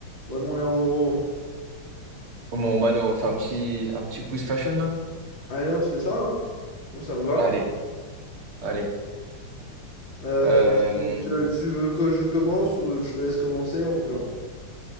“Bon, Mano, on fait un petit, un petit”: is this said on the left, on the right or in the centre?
Right